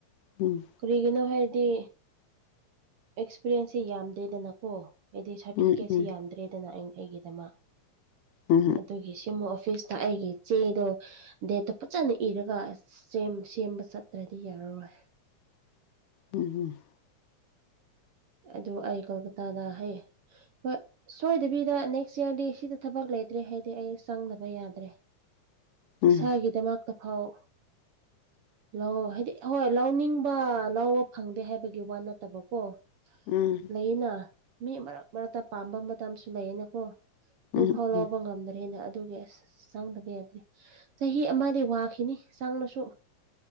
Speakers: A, on the left; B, on the right.
A: ꯎꯝ
B: ꯀꯔꯤꯒꯤꯅꯣ ꯍꯥꯏꯔꯗꯤ ꯑꯦꯛꯁꯄꯤꯔꯦꯟꯁꯁꯦ ꯌꯥꯝꯗꯦꯗꯅꯀꯣ ꯍꯥꯏꯗꯤ ꯁꯥꯔꯇꯤꯐꯤꯀꯦꯠꯁꯤ
A: ꯎꯝ ꯎꯝ
B: ꯌꯥꯝꯗ꯭ꯔꯦꯗꯅ ꯑꯩ ꯑꯩꯒꯤꯗꯃꯛ
A: ꯎꯝ
B: ꯑꯗꯨꯒꯤ ꯑꯦꯝꯃꫭ ꯑꯣꯐꯤꯁꯇ ꯑꯩꯒꯤ ꯆꯦꯗꯣ ꯗꯦꯠꯇꯣ ꯐꯖꯅ ꯏꯔꯒ ꯁꯦꯝ ꯁꯦꯝꯕ ꯆꯠꯇ꯭ꯔꯗꯤ ꯌꯥꯔꯔꯣꯏ
A: ꯎꯝ ꯎꯝ
B: ꯑꯗꯨ ꯑꯩ ꯀꯜꯀꯇꯥꯗ ꯍꯩꯌꯦ ꯍꫭꯏ ꯁꯣꯏꯗꯕꯤꯗ ꯅꯦꯛꯁ ꯏꯌꯥꯔꯗꯤ ꯁꯤꯗ ꯊꯕꯛ ꯂꯩꯇ꯭ꯔꯦ ꯍꯥꯏꯗꯤ ꯑꯩ ꯆꯪꯗꯕ ꯌꯥꯗ꯭ꯔꯦ
A: ꯎꯝ
B: ꯏꯁꯥꯒꯤꯗꯃꯛꯇ ꯐꯥꯎ ꯂꯧ ꯍꯥꯏꯗꯤ ꯍꯣꯏ ꯂꯧꯅꯤꯡꯕ ꯂꯧꯕ ꯐꯪꯗꯦ ꯍꯥꯏꯕꯒꯤ ꯋꯥ ꯅꯠꯇꯕꯀꯣ ꯀꫭ
A: ꯎꯝ
B: ꯂꯩꯌꯦꯅ ꯃꯤ ꯃꯔꯛ ꯃꯔꯛꯇ ꯄꯥꯝꯕ ꯃꯇꯝꯁꯨ ꯂꯩꯌꯦꯅꯀꯣ ꯑꯗꯨ
A: ꯎꯝ ꯎꯝ
B: ꯐꯥꯎ ꯂꯥꯎꯕ
A: ꯎꯝ
B: ꯉꯝꯗ꯭ꯔꯦꯅ ꯑꯗꯨꯒꯤ ꯑꯁ ꯆꯪꯗꯕ ꯌꯥꯗ꯭ꯔꯦ ꯆꯍꯤ ꯑꯃꯗꯤ ꯋꯥꯈꯤꯅꯤ ꯆꯪꯂꯁꯨ